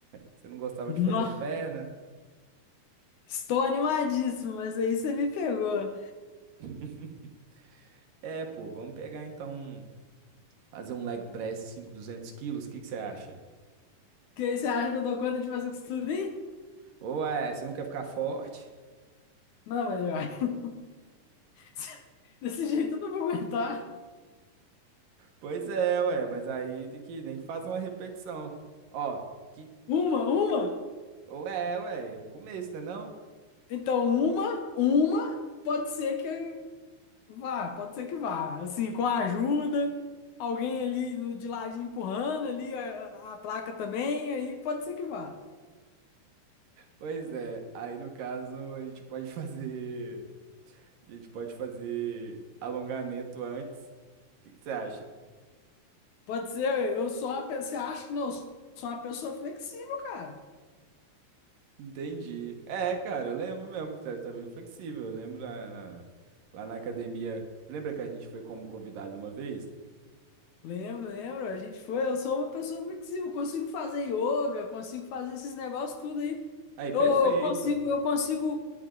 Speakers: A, on the right; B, on the left.
A: Você não gostava
B: Nossa,
A: de fazer perna?
B: estou animadíssimo, mas aí você me pegou.
A: <laughs> É, pô, vamos pegar então, um- fazer um leg press 5, 200 quilos, o que que você acha?
B: Que aí você acha que eu dou conta de fazer com isso tudo aí?
A: Ou é, você não quer ficar forte?
B: Não, mas olha, <laughs> desse jeito eu não vou aguentar.
A: Pois é, ué, mas aí tem que, nem que faça uma repetição. Ó, que,
B: Uma, uma?
A: ou é, ué, é um começo, né não?
B: Então, uma, uma, pode ser que Vá, pode ser que vá. Assim, com a ajuda, alguém ali no- de ladinho empurrando ali a, a a placa também, aí pode ser que vá.
A: Pois é, aí no caso a gente pode fazer, a gente pode fazer alongamento antes. O que que você acha?
B: Pode ser, eu sou uma pessoa, você acha que não, eu sou uma pessoa flexível, cara.
A: Entendi. É, cara, eu lembro mesmo que tá, tá bem flexível. Eu lembro na- na- lá na academia. Lembra que a gente foi como convidado uma vez?
B: Lembro, lembro. A gente foi. Eu sou uma pessoa flexível. Consigo fazer yoga, consigo fazer esses negócios tudo aí.
A: Aí, perfeito.
B: Eu, eu consigo, eu consigo.